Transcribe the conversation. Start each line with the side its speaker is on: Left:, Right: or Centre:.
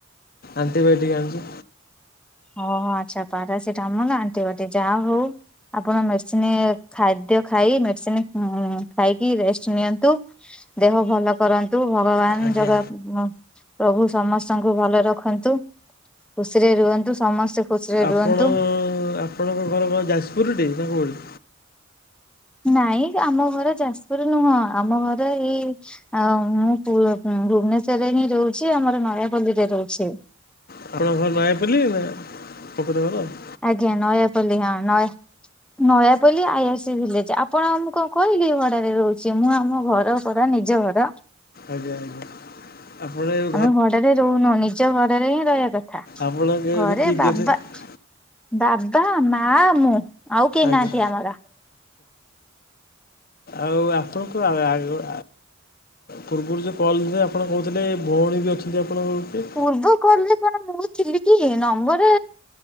Left: ଆଣ୍ଟିବାୟୋଟିକ୍ ଆଣିଛି।
Centre: ଓହୋ ଆଚ୍ଛା ପାରାସିଟାମଲ୍ ଆଣ୍ଟିବାୟୋଟିକ୍ ଯାହା ହଉ। ଆପଣ ମେଡିସିନ୍ ଖାଦ୍ୟ ଖାଇ ମେଡିସିନ୍ ଖାଇକି ରେଷ୍ଟ ନିଅନ୍ତୁ। ଦେହ ଭଲ କରନ୍ତୁ ଭଗବାନ
Left: ଆଜ୍ଞା
Centre: ଜଗା ପ୍ରଭୁ ସମସ୍ତଙ୍କୁ ଭଲରେ ରଖନ୍ତୁ ଖୁସିରେ ରୁହନ୍ତୁ ସମସ୍ତେ ଖୁସିରେ
Left: ଆପଣ
Centre: ରୁହନ୍ତୁ।
Left: ଆପଣଙ୍କ ଘର କଣ ଯାଜପୁରଟି ନା କଉଠି?
Centre: ନାଇଁ ଆମ ଘର ଯାଜପୁର ନୁହଁ ଆମ ଘର ଏଇ ଆଉ ମୁଁ ପୁ ଭୁବନେଶ୍ଵରରେ ହିଁ ରହୁଛି ଆମର ନୟାପଲ୍ଲୀରେ ରହୁଛି।
Left: ଆପଣ ଘରେ ନୟାପଲ୍ଲୀ ନା ପ୍ରପର୍ ଘର ଆଉ।
Centre: ଆଜ୍ଞା ନୟାପଲ୍ଲୀ ହଁ ନୟା ନୟାପଲ୍ଲୀ ଆଇଆଇସି ଭିଲେଜ ଆପଣମୁଁ କଣ କହିଲି ଭଡାରେ ରହୁଛି ମୁଁ ଆମ ଘର ପରା ନିଜ ଘର।
Left: ଆଜ୍ଞା ଆଜ୍ଞା। ଆପଣ ଏ
Centre: ଆମେ ଭଡାରେ ରହୁନୁ ନିଜ ଘରରେ ହିଁ ରହିବା କଥା।
Left: ଆପଣଙ୍କ
Centre: ଘରେ
Left: ଏବେ କିଏ
Centre: ବାବା
Left: କିଏ ଅଛନ୍ତି
Centre: ବାବା ମା ମୁଁ ଆଉ କେହି
Left: ଆଜ୍ଞା
Centre: ନାହାନ୍ତି ଆମର।
Left: ଆଉ ଆପଣଙ୍କୁଗ ପୂର୍ବରୁ ଜଉ କଲଯାଏ ଆପଣ କହୁଥିଲେ ଭଉଣୀ ବି ଅଛନ୍ତି ଆପଣଙ୍କ କିଏ।
Centre: ପୂର୍ବ କଲରେ କଣ ମୁଁ ଥିଲିକି ନମ୍ବରରେ